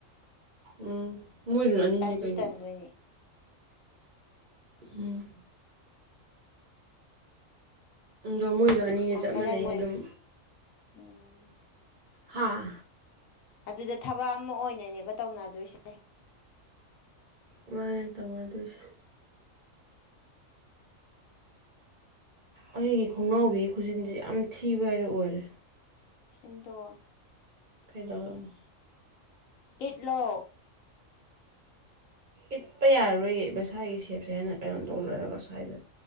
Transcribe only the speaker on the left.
ꯇꯟꯁꯨ
ꯇꯟꯗꯣꯏꯅꯦ
ꯊꯝꯕꯅꯗꯤ
ꯎꯝ
ꯑꯗꯨꯗ ꯊꯕꯛ ꯑꯃ ꯑꯣꯏꯅꯅꯦꯕ ꯇꯧꯅꯗꯣꯏꯁꯦ
ꯁꯤꯝꯗꯣ
ꯏꯠꯂꯣ